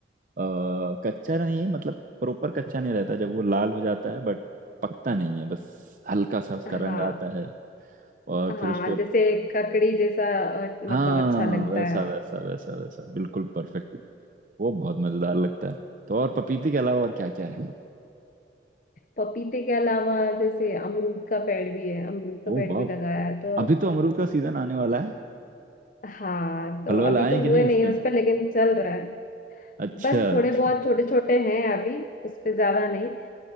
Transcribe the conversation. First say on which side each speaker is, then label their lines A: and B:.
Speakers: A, on the right; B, on the left.
A: अ, कच्चा नहीं मतलब प्रॉपर कच्चा नहीं रहता जब वो लाल हो जाता है बट पकता नहीं है बस हल्का सा उसका
B: हाँ
A: रंग आता है और फिर
B: हाँ
A: उसको
B: जैसे ककड़ी जैसा अ,
A: हाँ
B: मतलब अच्छा लगता
A: वैसा
B: है
A: वैसा वैसा वैसा बिल्कुल परफेक्ट वो बहुत मजेदार लगता है तो और पपीते के अलावा और क्या क्या है
B: पपीते के अलावा जैसे अमरूद का पेड़ भी है अमरूद का
A: ओ
B: पेड़
A: वाह
B: भी लगाया है तो
A: अभी तो अमरूद का सीजन आने वाला है
B: हाँ तो
A: पलवल
B: अभी
A: आए
B: तो
A: कि
B: हुए
A: नहीं उस
B: नहीं
A: पर
B: हैं उस पर लेकिन चल रहा है
A: अच्छा
B: बस थोड़े
A: अच्छा
B: बहुत छोटे छोटे हैं अभी उस पे ज्यादा नहीं